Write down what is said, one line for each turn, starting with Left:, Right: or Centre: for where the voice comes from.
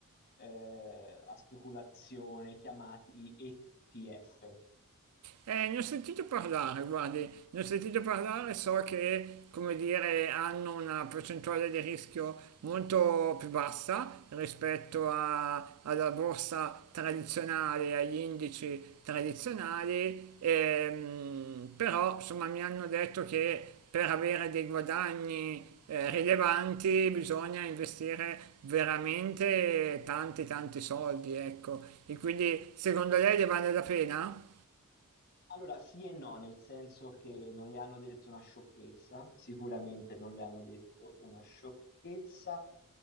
Left: eh, a speculazione chiamati ETF.
Right: Eh, ne ho sentito parlare, guardi, ne ho sentito parlare, so che, come dire, hanno una percentuale di rischio molto più bassa rispetto a- alla borsa tradizionale, agli indici tradizionali, ehm, però insomma mi hanno detto che per avere dei guadagni eh, rilevanti bisogna investire veramente tanti tanti soldi, ecco. E quindi secondo lei ne vale la pena?
Left: Allora, sì e no, nel senso che non le hanno detto una sciocchezza, sicuramente non le hanno detto una sciocchezza,